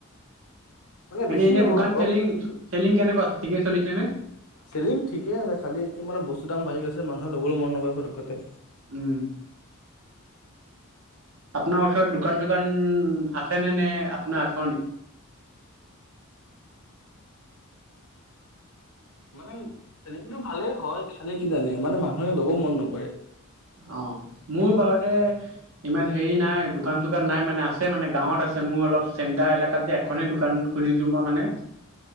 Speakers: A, on the right; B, on the left.
A: মানে
B: বেছি
A: এনেই
B: নহয়
A: দোকান
B: অলপ
A: চেলিং চেলিং কেনেকুৱা ঠিকে চলিছে নে
B: চেলিং ঠিকে আছে খালি মানে বস্তুৰ দাম বাঢ়ি গৈ মানুহে লগৰো মন নকৰে ফটকতে
A: উম আপোনাৰ ওচৰত দোকান চোকান আছে নে নে আপোনাৰ আখৰণে
B: মানে চেলেঙটো ভালে হয় খালে কিজানি মানে মানুহে লব মন নকৰে
A: অ মোৰ বাৰতে ইমান হেৰি নাই দোকান চোকান নাই মানে আছে মানে গাঁৱত আছে মোৰ অলপ চেণ্টাৰ এলেকাত যে এখনেই দোকান খুলিছো মই মানে